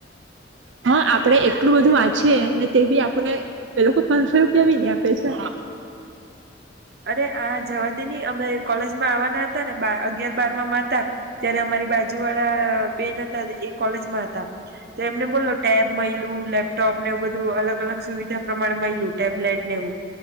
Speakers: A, on the right (about 80°); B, on the right (about 55°).
A: હા આપડે એટલું બધું વાંચ છે ને તે બી આપણને એ લોકો પાંચસો રૂપિયા બી ન આપે છે
B: અરે આ જવા દે ન અમે કોલેજમાં આવવાના હતા ને અગયાર બારમાંમાં હતા ત્યારે અમારી બાજુ વાળા બેન હતા એ કોલેજમાં હતા તો એમને બોલો ટેબ મળયલું લેપટોપ ને એવું બધું અલગ અલગ સુવિધા પ્રમાણે મળયલું ટેબલેટ ને એવું